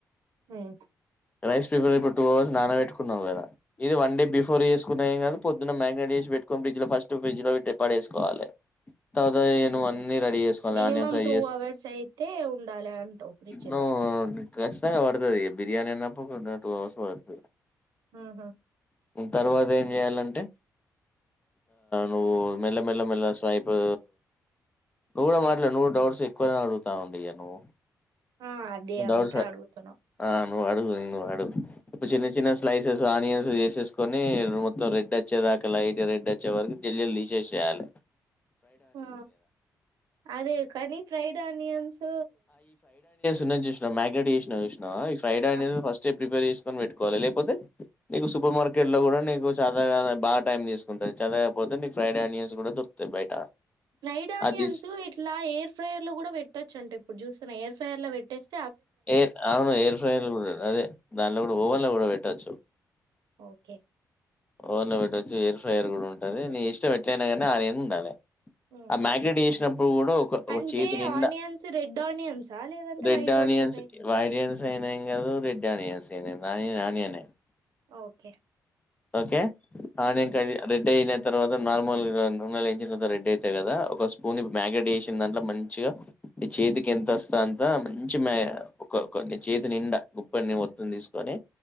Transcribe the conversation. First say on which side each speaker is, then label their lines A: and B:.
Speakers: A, on the right; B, on the left.
A: ఉమ్,
B: రైస్ ప్రిపేర్ ఇప్పుడు టూ అవర్స్ నాన పెట్టుకున్నావు కదా ఇది వన్ డే బిఫోర్ చేసుకున్నా ఏం కాదు పొద్దున్న మ్యాగ్నెట్ చేసి పెట్టుకొని ఫ్రిడ్జ్ ల ఫస్ట్ ఫ్రిడ్జ్లో పడేసుకోవాలి తర్వాత
A: ఉమ్హు.
B: నువ్వు అన్నీ రెడీ చేసుకోవాలి
A: మినిమం
B: ఆనియన్ ఫ్రై
A: టూ
B: చేసు
A: అవర్స్ అయితే ఉండాలి అంటావు ఫ్రిడ్జ్
B: నువ్వు
A: లో
B: ఖచ్చితంగా పడుతుంది బిర్యానీ అన్నప్పు టు అవర్స్ పడతది
A: ఆహా
B: తర్వాత ఏం చేయాలంటే నువ్వు మెల్లమెల్లమెల్ల స్వైప్ ఇప్పు నువ్వు కూడా మాట్లా నువ్వు డౌట్స్ ఎక్కువ అడుగుతానవండి ఇగ నువ్వు
A: ఆ అదే అందుకే
B: డౌట్స్
A: అడుగుతున్నా
B: ఆ నువ్వు అడుగు ఇంకా అడుగు
A: ఉ
B: ఇ చిన్న చిన్న స్లైస్ ఆనియన్స్ తీసేసుకొని మొత్తం రెడ్ వచ్చేదాకా లైట్ రెడ్ వచ్చే వరకు జల్లు తీసేసి వేయాలి
A: ఆ అదే కానీ ఫ్రైడ్ ఆనియన్స్
B: న్న చూసినా మ్యాగ్నెట్ చేసినా చూసినావా ఈ ఫ్రైడ్ ఆనియన్స్
A: ఆ
B: ఫస్ట్ ప్రిపేర్ చేసుకొని పెట్టుకోవాలి లేకపోతే నీకు సూపర్ మార్కెట్లో కూడా నీకు చాతకా బాగా టైమ్ తీసుకుంటుంది చేతకాపోతే నీకు ఫ్రైడ్ ఆనియన్స్ కూడా దొరుకుతాయి బయట
A: రైడ్ ఆనియన్స్
B: అది
A: ఇట్లా ఎయిర్ ఫ్రైయర్ లో కూడా పెట్టొచ్చు అంట ఇప్పుడు చూసి తను ఎయిర్ ఫ్రర్లో పెట్టేసి
B: ఎర్ అవును ఎయిర్ ఫ్రైర్ కూడా అదే దానిలో కూడా ఓవెన్ లో కూడా పెట్టచ్చు
A: ఓకే
B: ఓన్ లో పెట్టొచ్చు ఎయిర్ ఫ్రయర్ కూడా ఉంటుంది నీ ఇష్టం ఎట్లయినా కానీ ఆ నేను ఉండాలి
A: హ్మ్.
B: ఆ మ్యాగినేట్ చేసినప్పుడు కూడా ఒక ఒక
A: అంటే
B: చేతి నిండా
A: ఆనియన్స్ రెడ్ ఆనియన్సా లేదంటే
B: రెడ్
A: వైట్
B: ఆనియన్స్
A: ఆనియన్సా?
B: వా ఆనియన్స్ అయినాం కాదు రెడ్ ఆనియన్స్ అే న నానినే
A: ఓకే
B: ఓకే ఆ
A: హ్మ్.
B: నేం కడి రెడ్డన్ తర్వాత నార్మల్ నూనెలు వంచిన తర్వాత రెడీ అయితయి కదా ఒక స్పూన్ మ్యాగ్నేట్ చేసిన దాంట్లో మంచిగా నీ చేతికి ఎంత వస్తా అంత మంచి మ్యాీ చేతి నిండ ఉప్పని మొత్తం తీసుకొని